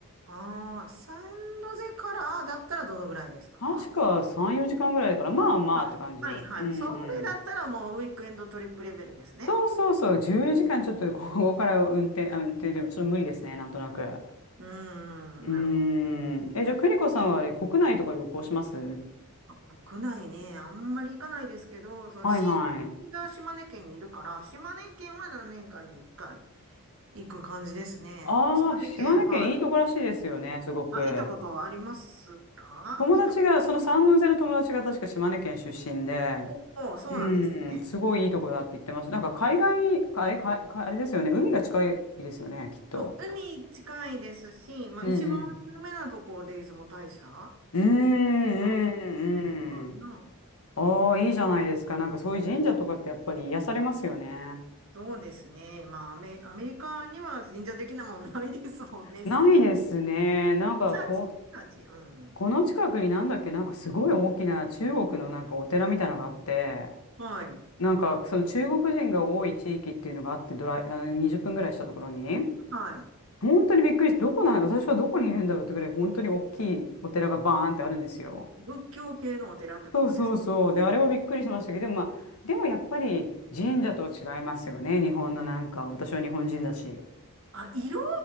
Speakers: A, on the right; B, on the left.
A: ああ、サンノゼからだったらどのぐらいですか
B: 確か3、4時間ぐらいだから、まあまあって感じで。
A: あ、はいはい。
B: うんう
A: それだったらもうウィークエンドトリップレベルですね。
B: ん。そうそうそう、10時間ちょっと <laughs> ここから運転、あ、運転でもちょっと無理ですね、なんとなく。う
A: うーん、
B: ーん。
A: なるほど。
B: え、じゃあ、邦子さんはあれ、国内とか旅行します
A: あ国内ね、あんまり行かないですけど、その親戚が島根県にいるから、
B: はいはい。
A: 島根県は何年かに一回行く感じですね。
B: ああ、
A: 島根県、
B: 島根県いいとこらしいですよね、
A: はい。
B: すごく。
A: あ、行ったことありますか行ったこと。
B: 友達が、その三ノ瀬の友達が確か島根県出身で、
A: おお、そうなんですね。
B: うん、すごいいいとこだって言ってました。なんか海外、あれ、か、かあれですよね。海が近いですよね、きっと。
A: そう、海近いですし、まあ一番有名なとこで出雲大社が
B: うんうん。うーん、
A: あるかな。
B: うん、うん。ああ、いいじゃないですか。なんかそういう神社とかってやっぱり癒されますよね。
A: そうですね。まあアメ、アメリカには神社的なものないですもんね、
B: ないですね。
A: そうい
B: なんかこ、
A: う。<laughs> チャーチ、チャーチ、うん。
B: この近くになんだっけ、なんかすごい大きな中国のなんかお寺みたいなのがあって、
A: はい。
B: なんかその中国人が多い地域っていうのがあって、ドライ、あの20分ぐらいしたところに。
A: はい。
B: 本当にびっくりして、どこなん、私はどこにいるんだろうってぐらい、本当に大きいお寺がバーンってあるんですよ。
A: 仏教系のお寺ってことです。
B: そうそうそう。で、あれはびっくりしましたけど、でもまあ、でもやっぱり神社とは違いますよね。日本のなんか、私は日本人だし。
A: あ、色